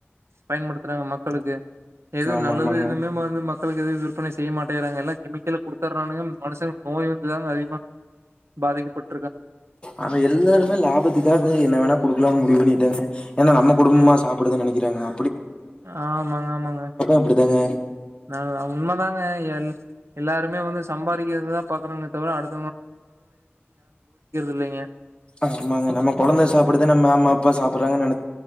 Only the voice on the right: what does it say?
பயன்படுத்துறாங்க மக்களுக்கு எது
நல்லது
எதுவுமே வந்து மக்க மக்களுக்கு எவும் விற்பனை செய்ய மாட்டேறாங்க எல்ல கெமிக்கல் கொடுத்தனால மனுச நோய் வந்துதாங்க அதிகமா பாதிக்கப்பட்
ஏ
ஆமாங்க ஆமாங்க
நான் உண்மை தாங்க எல் எல்லாருமே வந்து சம்பாதிக்கிறிறதுதான் பாக்குறேங்க தவிர அடுத்தவ இல்லைங்க